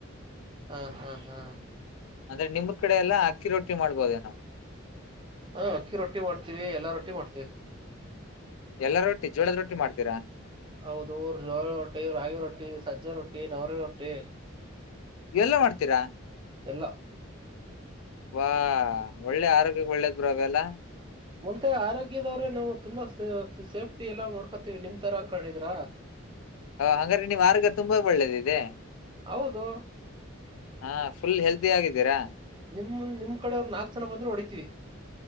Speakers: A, on the right; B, on the left.
A: ಹಾ ಹಾ ಹಾ
B: ಅಂದ್ರೆ ನಿಮ್ರ ಕಡೆ ಎಲ್ಲ ಅಕ್ಕಿ ರೊಟ್ಟಿ ಮಾಡಬಹೋೇ ನಾವು
A: ಹಾ ಅಕ್ಕಿ ರೊಟ್ಟಿ ಮಾಡ್ತೀವಿ ಎಲ್ಲಾ ರೊಟ್ಟಿ ಮಾಡ್ತೀವಿ
B: ಎಲ್ಲ ರೋಟ್ಟಿ ಜೋಳದ ರೋಟ್ಟಿ ಮಾಡ್ತೀರಾ
A: ಹೌದು ಜೋ ರೊಟ್ಟಿ ರಾಗಿ ರೊಟ್ಟಿ ಸಜ್ಜಾ ರೊಟ್ಟಿ ನವರಿ ರೊಟ್ಟಿ
B: ಎಲ್ಲ ಮಾಡ್ತೀರಾ
A: ಎಲ್ಲ
B: ಬಾ ಒಳ್ಳೆ ಆರೋಗ್ಯ ಒಳ್ಳೇದ್ರು ಅವೆಲ್ಲ
A: ಮುಂದೆ ಆರೋಗ್ಯದವ್ರೇ ನಾವು ತುಂಬಾ ಸೇಫ್ಟಿ ಎಲ್ಲ ನೋಡ್ಕೋತಿೀವಿ ನಿಮ್ ತರಾ ಅಕಿದ್ರ
B: ಹಂಗ್ರೆ ನಿ ಮಾರ್ಗ ತುಂಬಾ ಒಳ್ಳೇದ ಇದೆ
A: ಹೌದು
B: ಹಾ ಫುಲ್ ಹೆಲ್ದಿ ಆಗಿದ್ದೀರಾ
A: ನಿಮ್ ನಿಮ್ ಕಡೆ ಅವ್ರು ನಾಕ್ ಜನ ಬಂದ್ರು ಹೊಡಿತೀವಿ